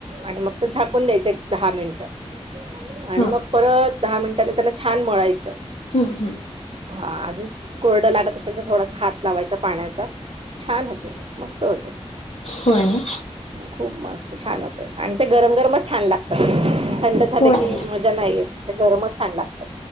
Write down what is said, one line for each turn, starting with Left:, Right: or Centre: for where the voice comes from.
Right: आणि मग तर झाकून द्यायचं एक दहा मिनिट आणि
Left: हा
Right: मग. परत दहा मिनिटांने त्यांना छान मळायचं.
Left: हम्म हम्.
Right: हा अज कोरडं लागत असेल तर थोडासा हात लावायचा पाण्याचा. छान होते मस्त होते.
Left: हो ना.
Right: खूप मस्त छान होते आणि ते गरम गरमच छान लागतात. थंड झालं
Left: होय
Right: की मजा नाहीयेत ते गरमच छान लागतात.